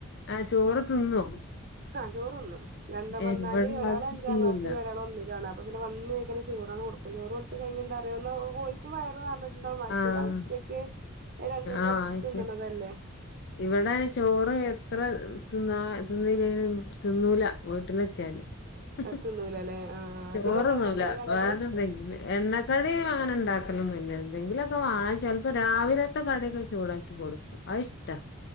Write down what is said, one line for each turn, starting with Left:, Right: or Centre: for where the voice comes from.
Left: ആ ചോറ് തിന്നോ
Right: ആ ചോറ് തിന്നും രണ്ടും വന്നാല്
Left: ഇവിടെ
Right: ഒരാള്
Left: അത്
Right: അഞ്ചാം
Left: തിന്നൂല
Right: ക്ലാസ്സിലും ഒരാൾ ഒന്നിലും ആണ് അപ്പ പിന്നെ വന്നുക്കെ ചോറാണ് കൊടുക്കും ചോറ് കൊടുത്ത് കഴിഞ്ഞാ എന്തറുമ കോക്കുംയ എന്ന് പറഞ്ഞ ണ്ടോ മറ്റേതാ
Left: ആഹ്
Right: ഉച്ചക്ക് രണ്ടുവ
Left: ആഹ്
Right: കൊറച്ച് തിന്നണതല്ലേ
Left: ശരി ഇവിടെ ചോറ് എത്ര തിന്നാ തിന്നീല്ലേല്ലും തിന്നൂല വീട്ട്ലെത്തിയാല് ഹഹ
Right: തിന്നൂലല്ലേ ആഹ്
Left: ചോറൊന്നുംല്ല
Right: പിന്നെ അത് എണ്ണക്കടി വേണ്ടത്
Left: വേറെ എന്തെങ്കിലും എണ്ണക്കടി അങ്ങനെ ഉണ്ടാക്കലൊന്നു <unintelligible> എന്തെങ്കിലൊക്കെ വാങ്ങിച്ചു ചെൽപ്പോ രാവിലത്തെ കറി യൊക്കെ ചൂടാക്കി കൊടുക്കും അഇഷ്ടാ